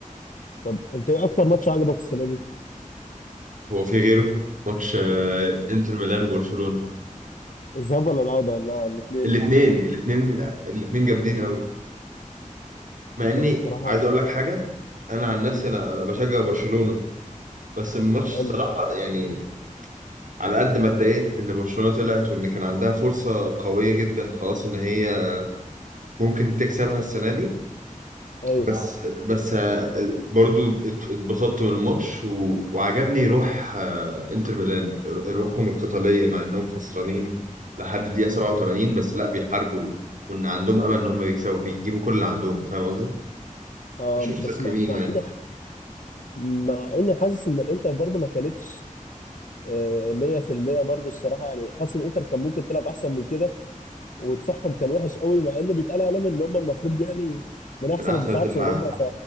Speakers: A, on the left; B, on the right.
A: طب انت ايه اكتر ماتش عجبك السنه دي
B: هو في غيره ماتش آه، انتر ميلان وبرشلونه
A: الذهاب ولا العوده ولا الاثنين
B: الاثنين الاثنين الاثنين جامدين قوي مع اني
A: بصراحه
B: عايز اقول لك حاجه انا عن نفسي
A: مم.
B: انا انا بشجع برشلونه بس الماتش
A: حلو
B: الصراحه يعني على قد ما اتضايقت ان برشلونه طلعت وان كان عندها فرصه قويه جدا خلاص ان هي ممكن تكسبها السنه دي
A: ايوه
B: بس بس آه، برضو ات- اتبسطت من الماتش و... وعجبني روح آه، انتر ميلان روحهم القتالية مع انهم خسرانين لحد الدقيقة 87 بس لا بيحاربوا وان عندهم امل ان هم يكسبوا بيجيبوا كل اللي عندهم فاهم قصدي؟
A: آم،
B: مش مستسلمين
A: بس مع مع
B: يعني
A: اني مع اني حاسس ان الانتر برضو ما كانتش آه، 100% برضو الصراحه يعني حاسس ان الانتر كان ممكن تلعب احسن من كده ودفاعهم كان وحش قوي مع ان بيتقال عليهم ان هم المفروض يعني من احسن
B: من احسن
A: الدفاعات
B: الدفاعات
A: في اوروبا ف